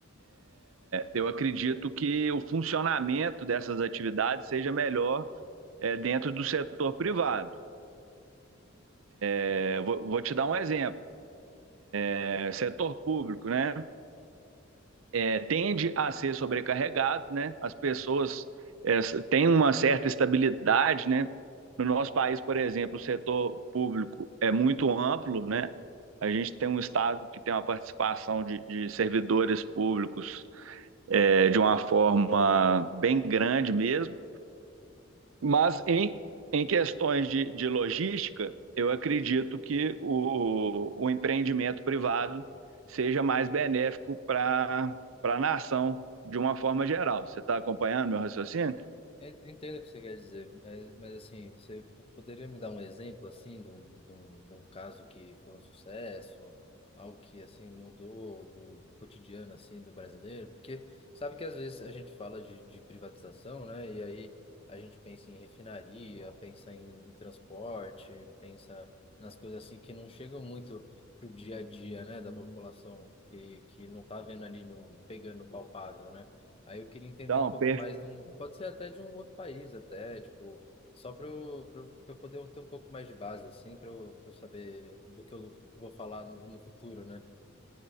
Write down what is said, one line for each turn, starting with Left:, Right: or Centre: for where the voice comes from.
Right: eu acredito que o funcionamento dessas atividades seja melhor é, dentro do setor privado. É, vou, vou, te dar um exemplo: é, setor público, né, é, tende a ser sobrecarregado, né, as pessoas é, têm uma certa estabilidade, né? No nosso país, por exemplo, o setor público é muito amplo, né? A gente tem um Estado que tem uma participação de, de servidores públicos é, de uma forma bem grande mesmo, mas em, em questões de, de logística, eu acredito que o, o empreendimento privado seja mais benéfico para a nação de uma forma geral. Você está acompanhando meu raciocínio?
Left: en- eu Entendo o que você quer dizer, mas, mas assim, você poderia me dar um exemplo, assim, de um, de um, de um caso que foi um sucesso, algo que, assim, mudou o cotidiano, assim, do brasileiro? Porque sabe que às vezes a gente fala de, de privatização, né? E aí a gente pensa em refinaria, pensa em, em transporte, pensa nas coisas, assim, que não chegam muito pro dia a dia, né, da população, que, que não tá vendo ali, no, pegando palpável, né? Aí eu queria entender
Right: Então,
Left: um pouco
Right: per
Left: mais de um, pode ser até de um outro país até, tipo, só para eu, pra eu, pra eu poder ter um pouco mais de base, assim, para eu, pra eu saber do que eu vou falar no, no futuro, né?